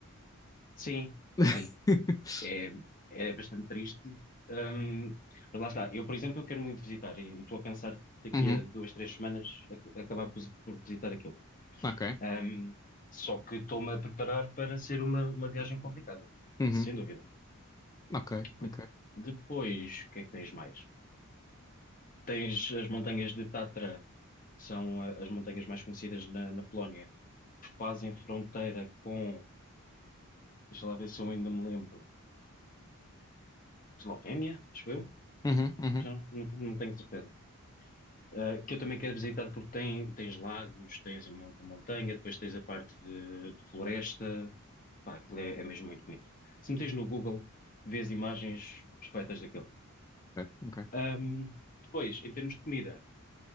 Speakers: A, on the left (about 40°); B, on the left (about 15°).
A: Sim,
B: <laughs>
A: sim, é, é bastante triste. Ahm, mas lá está, eu, por exemplo, eu quero muito visitar e e estou a pensar daqui
B: Uhum,
A: a duas, três semanas ac- acabar por, por visitar aquilo.
B: ok.
A: Ahm, só que estou-me a preparar para ser uma, uma viagem complicada,
B: Uhum,
A: isso sem dúvida.
B: ok,
A: De-
B: ok.
A: depois, o que é que tens mais? Tens as montanhas de Tatra, que são ah, as montanhas mais conhecidas na na Polónia fazem fronteira com, deixa lá ver se eu ainda me lembro, Eslovénia, acho eu,
B: Uhum, uhum,
A: já não, não tenho não tenho certeza. Ah, que eu também quero visitar porque tem, tens lagos, tens a mon- a montanha, depois tens a parte de, de floresta, pá, aquilo é, é mesmo muito bonito. Se metes no Google, vês imagens perfeitas daquilo.
B: ok, ok.
A: Ahm, depois, em termos de comida,